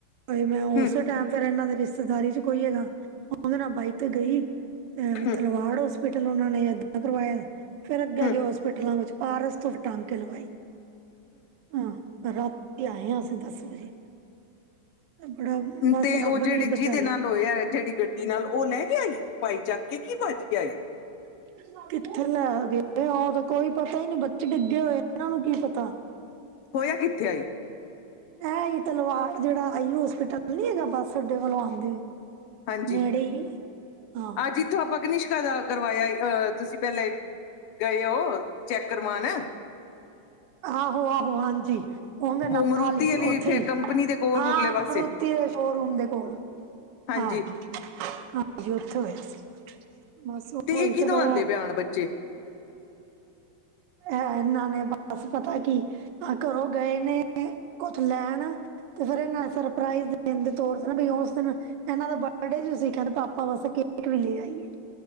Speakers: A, on the right; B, on the left.
A: ਹਾਏ ਮੈਂ ਉਸੇ
B: ਹੂੰ
A: ਟਾਈਮ ਫੇਰ ਇਹਨਾਂ ਦੇ ਰਿਤੇ ਦਾਰੀ ਚ ਕੋਈ ਹੈਗਾ ਉਹਦੇ ਨਾਲ ਬਾਈਕ ਤੇ ਗਈ ਤੇ
B: ਹੂੰ
A: ਤਲਵਾੜ ਹੌਸਪੀਟਲ ਉਹਨਾਂ ਨੇ ਏਦਾਂ ਕਰਵਾਇਆ ਫਿਰ ਅੱਗੇ
B: ਹੂੰ
A: ਹੋਸਪ ਪਿਟਲਾਂ ਵਿੱਚ ਪਾਰਸ ਤੋਂ ਫੇਰ ਟਾਂਕੇ ਲਵਾਏ। ਹਾਂ ਰਾਤੀ ਆਏ ਹਾਂ ਅਸੀਂ ਦਾਸ ਵਜੇ। ਬੜਾ ਬਸ
B: ਤੇ
A: ਰੱਬ
B: ਉਹ ਜਿਹੜੇ
A: ਨੇ ਹੀ ਬਚਾਇਆ
B: ਜਿਹਦੇ ਨਾਲ ਹੋਏਆ ਜਿਹੜੀ ਗੱਡੀ ਨਾਲ ਉਹ ਲੈ ਗਿਆ? ਭਾਈ ਚੱਕ ਕੇ, ਕੀ ਭੱਜ ਗਿਆ ਏ
A: ਇਜ ਨੌਟ ਕਿੱਥੇ ਲੈ ਗਏ, ਉਹ ਤੇ ਕੋਈ ਪਤਾ ਹੀ ਨਹੀਂ, ਬੱਚੇ ਡਿੱਗੇ ਹੋਏ ਇਹਨਾਂ, ਨੂੰ ਕੀ ਪਤਾ
B: ਹੋਇਆ ਕਿੱਥੇ, ਆਈ
A: ਐ ਹੀ ਤਲਵਾੜ, ਜਿਹੜਾ ਆਈ ਹੋਸਪਿਟਲ ਨੀ ਹੈਗਾ, ਬੱਸ ਅੱਡੇ ਵਲੋਂ ਆਉਂਦੇ
B: ਹਾਂਜੀ,
A: ਨੇੜੇ ਹੀ ਹਾਂ
B: ਆ ਜਿਥੋਂ ਆਪਾ ਗਨਿਸ਼ਕਾ ਦਾ ਕਰਵਾਇਆ ਅਹ, ਤੁਸੀਂ ਪਹਿਲੇ ਗਏ, ਹੋ ਚੈੱਕ ਕਰਵਾਣ
A: ਆਹੋ -ਆਹੋ ਹਾਂਜੀ। ਉਹਦੇ ਨਾਲ
B: ਉਹ ਮਰੂਤੀ
A: ਈ,
B: ਵਾਲੀ
A: ਉੱਥੇ
B: ਫੇ
A: ਹੀ
B: ਕੰਪਨੀ ਦੇ ਕੋਲ
A: ਹਾਂ
B: ਉਰਲੇ ਪਾਸੇ
A: ਓਥੇ ਸ਼ੋਅਰੂਮ ਦੇ ਕੋਲ
B: ਹਾਂਜੀ
A: ਹਾ, ਹਾਂਜੀ ਉਥੇ ਹੋਇਆ ਸੀ। ਬਸ
B: ਤੇ
A: ਉਹੀ
B: ਇਹ ਕੀ,
A: ਫਿਰ
B: ਦਵਾਨ
A: ਉਹ
B: ਦੇ ਬਿਆਨ ਬੱਚੇ
A: ਐ ਇਹਨਾਂ ਨੇ ਬਸ ਪਤਾ, ਕੀ ਆ ਘਰੋਂ ਗਏ ਨੇ, ਕੁੱਛ ਲੈਣ ਤੇ ਫਿਰ ਇਹਨਾਂ, ਸਰਪ੍ਰਾਈਜ਼ ਦੇਣ ਦੇ ਤੌਰ ਤੇ ਨਾ, ਬ ਉਸ ਦਿਨ ਇਹਨਾਂ ਦਾ ਬਰਡੇ ਜੂ ਸੀ ਕੱਲ ਪਾਪਾ ਵਾਸਤੇ ਗਿਫਟ ਲੈ ਆਈ